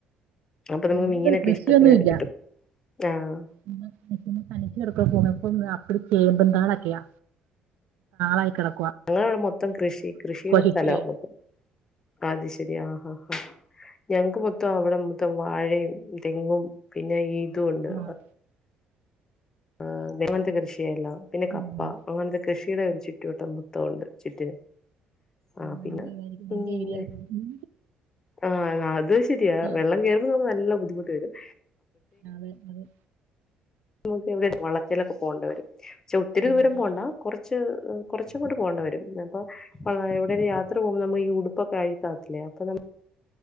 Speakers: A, on the left (about 20°); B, on the right (about 80°).
A: അപ്പൊ നമുക്ക്
B: നിങ്ങ
A: മീനൊക്കെ
B: കൃഷിയൊന്നും
A: ഇഷ്ടത്തിന്
B: ഇല്ല.
A: കിട്ടും ആഹ്
B: ഉ. <unintelligible> ടുക പൊ ചേബുംതാള ഒക്കെയാ ആയിക്ണ്.
A: ഞങ്ങളവിടെ മൊത്തം കൃഷി കൃഷിയുടെ
B: ചുറ്റുവേ
A: സ്ഥലോ മൊത്തം. അത് ശരി ആ ആ ആ. ഞങ്ങക്ക് മൊത്തം അവിടെ മൊത്തം വാഴയും തെങ്ങും പിന്നെ ഈതും ഉണ്ട്.
B: ആഹ്
A: ആ തേപോലത്തെ കൃഷിയെല്ലാം പിന്നെ കപ്പ
B: ഉം
A: അങ്ങൻത്തെ കൃഷിയുടെ ഒരു ചുറ്റുവട്ടം മൊത്തമുണ്ട് ചിറ്റി. ആ
B: നല്ല
A: പിന്നെ
B: ഇതായിരിക്കും നല്ല
A: എംഒ.
B: ഏരിയ ആക്കും
A: ആ അത് ശെരിയാ
B: ആഹ്
A: വെള്ളം കേറമ്പ നല്ല ബുദ്ധിമുട്ട് വരും.
B: ആതെ അത്.
A: നമുക്ക് എവിടെ വളത്തിലൊക്കെ പോണ്ടെ വരും. ചെ ഒത്തിരി
B: ഉം
A: ദൂരം പോകണ്ട കുറച്ച് കുറച്ചു അങ്ങോട്ട്‌ പോണ്ട വരുംപ്പൊ. എവിടെ ഒരു യാത്ര പോകുമ്പോ ഈ ഉടുപ്പൊക്കെ താത്തില്ലേ അപ്പൊ